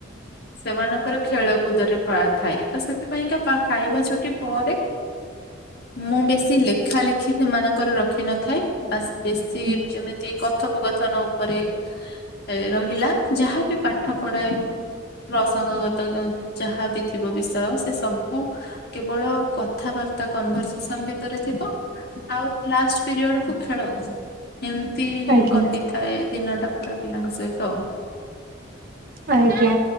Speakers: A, on the left; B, on the right.
A: ସେମାନଙ୍କର ଖେଳକୁୁଦରେ ପା ଥାଏ ତ ସେଥିପାଇଁକା ଖାଇବା ଛୁଟି ପରେ ମୁଁ ବେଶୀ ଲେଖ ଲେଖା ଲେଖି ସେମାନଙ୍କର ରଖିିନଥାଏ ବା ବେଶୀ
B: ଆଜ୍ଞା
A: ଯେମିତି କଥୋପକଥନ ଉପରେ ଏ ରହିଲା ଯାହାବି ପାଠ ପଢା ପ୍ରସଙ୍ଗଗତ ଯାହାବି ଥିବ ବିଷୟ ସେ ସବୁ କେବଳ କଥାବାର୍ତ୍ତା କନଭରସେସନ ଭିତରେ ଥିବ ଆଉ ଲାଷ୍ଟ ପିରିୟଡ କୁ ଖେଳ ଏମିତି
B: ଆଜ୍ଞା।
A: କଟିଥାଏ ଦିନଟା ପୁରା ପିଲାଙ୍କ ସହିତ ଆ
B: ଆଜ୍ଞା